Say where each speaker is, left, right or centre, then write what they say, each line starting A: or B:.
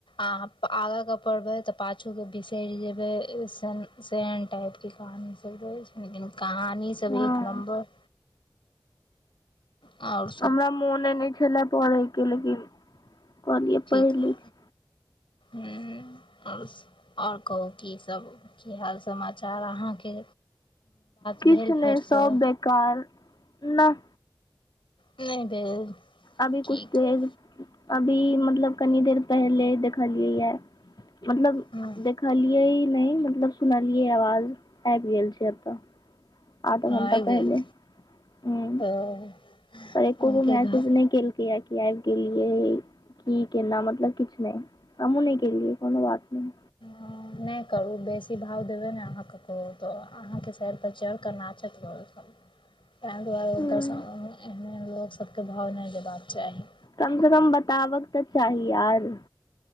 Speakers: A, on the left; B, on the left.
A: अहाँ त आगाँके पढ़बै तऽ पाछूके बिसरि जेबैन तेहन टाइपके कहानी रहै छै लेकिन कहानी सब
B: हँ
A: एक नम्बर आओ <inaudible>
B: हमरा मोन ने छलए पढ़ैके लेकिन कहलियै
A: ठीक
B: पढ़ि
A: ह
B: लै छी
A: ह आओर आओर कहू कीसभ की हाल समाचार अहाँके।
B: किछु
A: भेल
B: नहि
A: फेरसँ
B: सब बेकार नहि।
A: नहि भेल
B: अभी
A: की
B: कुछ देर
A: कहू
B: अभी मतलब कनी देर पहिले <unintelligible> देखलियै मतलब
A: हँ
B: देखलियै नहि मतलब सुनलियै आवाज आबि गेल छै एतऽ। आधा
A: आबि
B: घंटा
A: गेल
B: पहिले ह
A: तऽ
B: पर एको
A: हुनके
B: गो मैसेज
A: घर
B: नहि केलकै या क आबि गेलियै। की केना मतलब किछ नहि हम उ नहि केेलियै कोनो बात नहि।
A: ह नहि करू बेसी भाव देबै नहि अहाँके कहू तऽ अहाँके सैर पर चढ़िकऽ नाचत रहत तैह दुआरे हुनका
B: हूं
A: सब एहन लोकसभकेँ भाव नहि देबाक चाही।
B: कम से कम बताबकके तऽ चाही आर